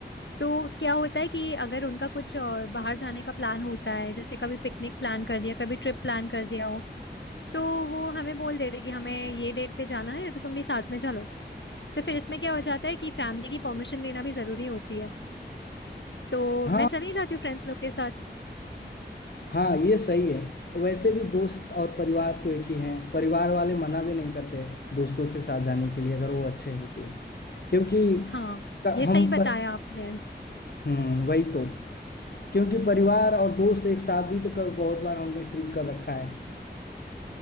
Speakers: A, on the left; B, on the left.
A: तो क्या होता है कि अगर उनका कुछ अ, बाहर जाने का प्लान होता है जैसे कभी पिकनिक प्लान कर दिया कभी ट्रिप प्लान कर दिया हो तो वो हमें बोल देते कि हमें ये डेट पे जाना है तो तुम भी साथ में चलो तो फिर इसमें क्या हो जाता है कि फैमिली की परमिशन लेना भी जरूरी होती है तो
B: हाँ
A: मैं चली जाती हूँ फ्रेंड्स लोग के साथ
B: हाँ ये सही है वैसे भी दोस्त और परिवार तो एक ही हैं परिवार वाले मना भी नहीं करते दोस्तों के साथ जाने के लिए अगर वो अच्छे हो तो क्योंकि
A: हाँ
B: क-
A: ये
B: हम
A: सही बताया
B: पर
A: आपने
B: हम्म वही तो क्योंकि परिवार और दोस्त एक साथ भी तो कभी बहुत बार हमने ट्रिप कर रखा है